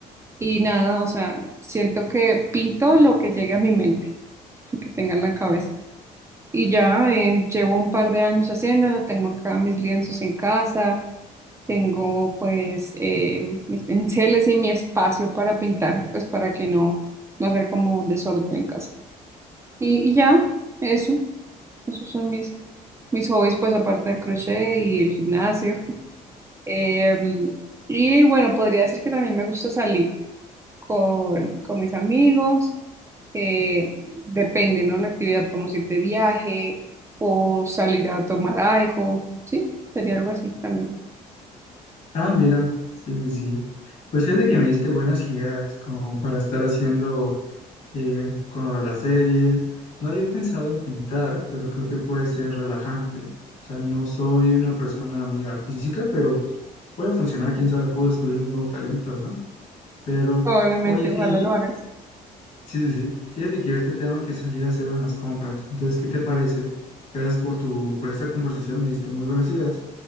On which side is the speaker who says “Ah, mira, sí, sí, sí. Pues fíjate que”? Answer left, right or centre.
Left